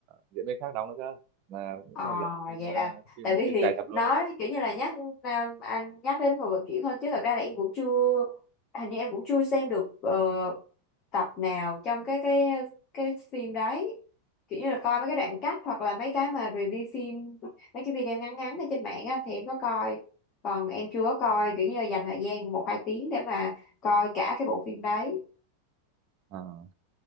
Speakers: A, on the right; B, on the left.
A: diễn viên khác đóng nữa cơ là cũng
B: ờ
A: là giải phim
B: vậy
A: ờ,
B: là
A: phim
B: tại vì
A: phim
B: thì
A: dài tập luôn
B: nói
A: ấy
B: kiểu như là nhắc à, anh nhắc đến người vận chuyển thôi chứ thật ra là em cũng chưa hình như em cũng chưa xem được ờ, tập nào trong cái cái cái phim đấy kiểu như là coi mấy cái đoạn cắt hoặc là mấy cái mà review phim mấy cái video ngắn ngắn ở trên mạng á, thì em có coi còn em chưa có coi kiểu như là dành thời gian một hai tiếng để mà coi cả cái bộ phim đấy
A: Ờ.